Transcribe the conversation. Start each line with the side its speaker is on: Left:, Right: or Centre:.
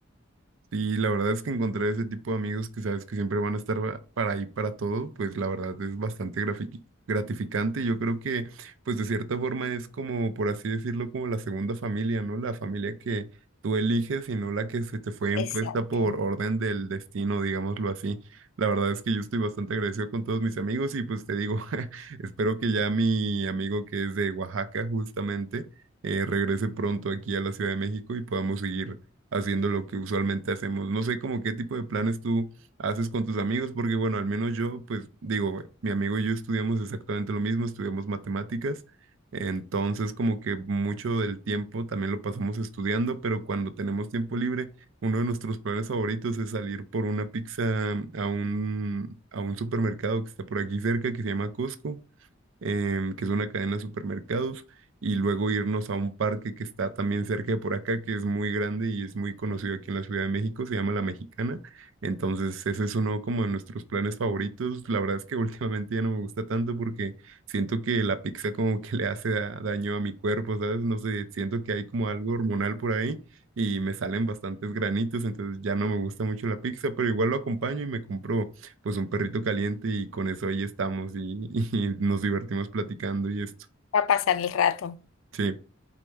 Right: Y la verdad es que encontrar ese tipo de amigos que sabes que siempre van a estar va- para ahí para todo, pues la verdad es bastante grafiqui- gratificante. Yo creo que, pues de cierta forma es como, por así decirlo, como la segunda familia, ¿no? La familia que tú eliges y no la que se te fue impuesta
Left: Exacto,
Right: por orden del destino, digámoslo así. La verdad es que yo estoy bastante agradecido con todos mis amigos y pues te digo, <laughs> espero que ya mi amigo que es de Oaxaca justamente eh, regrese pronto aquí a la Ciudad de México y podamos seguir haciendo lo que usualmente hacemos. No sé como qué tipo de planes tú haces con tus amigos, porque bueno, al menos yo, pues digo, mi amigo y yo estudiamos exactamente lo mismo, estudiamos matemáticas, entonces como que mucho del tiempo también lo pasamos estudiando, pero cuando tenemos tiempo libre, uno de nuestros planes favoritos es salir por una pizza a un, a un supermercado que está por aquí cerca, que se llama Costco em, que es una cadena de supermercados, y luego irnos a un parque que está también cerca de por acá, que es muy grande y es muy conocido aquí en la Ciudad de México, se llama La Mexicana. Entonces, ese es uno como de nuestros planes favoritos. La verdad es que <laughs> últimamente ya no me gusta tanto porque siento que la pizza como que le hace da- daño a mi cuerpo, ¿sabes? No sé, siento que hay como algo hormonal por ahí. Y me salen bastantes granitos, entonces ya no me gusta mucho la pizza, pero igual lo acompaño y me compro pues un perrito caliente y con eso ahí estamos y, <laughs> y nos divertimos platicando y esto.
Left: para pasar el rato.
Right: Sí.